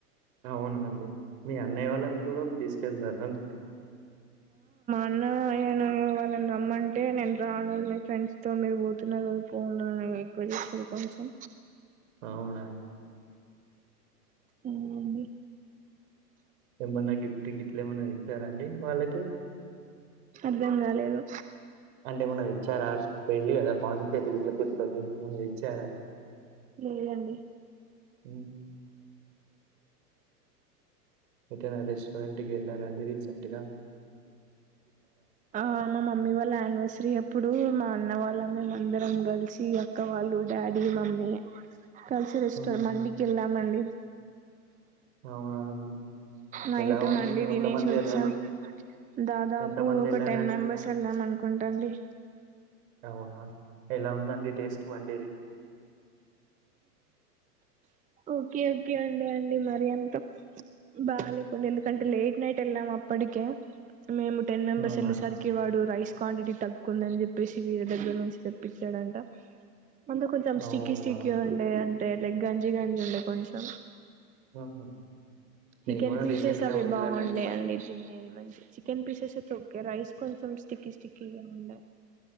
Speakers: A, on the right; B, on the right.
A: అవున అండి మీ అన్నయ్య వాళ్ళని కూడం తీసుకెళ్తార అన్
B: అన్నాయ్య వాళ్ళని రమ్మంటే నేను రాన్ మీ ఫ్రెండ్స్ తో మీరు పోతున్నారు కదా పోండి అని ఎక్కువ చేసిర్రు కొంచెం
A: అవునా
B: అవునండి
A: ఏమన్నా గిఫ్ట్ గిట్లు ఏమన్నా తెచ్చరా అండి వాళ్ళకి
B: అర్థం కాలేదు
A: అంటే ఏమన్నా తేచ్చార పోఇల్లు కదా పాంద్దిచ్చేరి గిట్ల తిరుపతి ఏమన్నా తేచ్చార
B: లేదండి
A: హ ఏటైనా రెస్టరెంట్ టికీ వెళ్ళారా అండి రీసెంట్గా
B: ఆ మా మమ్మీ వాళ్ళ యానివర్సరీ అప్పుడు మా అన్న వాళ్ళం మేం అందరం కలిసి అక్క వాళ్ళు డాడీ మమ్మీ కలిసిరెస్ట్
A: మ్మ్.
B: మండికెల్లం నండి.
A: అవునా అండి
B: నైట్
A: ఎలా ఉందండి
B: మండి దినేషొచ్చాం.
A: ఎంతమంది వెళ్ళారు
B: దాదాపు
A: ఎంతమంది
B: ఒక
A: వెళ్ళారండి
B: టెన్ మెంబెర్స్ వెళ్ళాం అనుకుంటాండి.
A: అవ్ నా ఎలా ఉందండి టేస్ట్ మండేది.
B: ఓకే ఓకే అండి అండి మరి అంత బాగా లేకుండే ఎందుకంటే లేట్ నైట్ వెళ్ళాం అప్పటికే మేము టెన్ మెంబర్స్
A: అవునా
B: వెళ్ళే సరికిే వాడు రైస్ క్వాంటిటీ తక్కువందని చెప్పేసి వేరే దగ్గరి నుంచి తెప్పించాడంట ముందు కొంచెం స్టిక్కి
A: అవునా
B: స్టిక్ క్యూ అండి ే లైక్ గంజి గంజి ఉండే కొంచెం
A: మ్మ్.
B: చికెన్
A: నేను కూడా
B: పీసెస్
A: రీసెంట్
B: అవి
A: గా వెళ్ళానండి
B: బాగుండే
A: మండి
B: అండి తినేది మంచి చికెన్ పీసెస్ సో కే రైస్ కొంచం స్టిక్కి స్టిక్కిగ ఉండె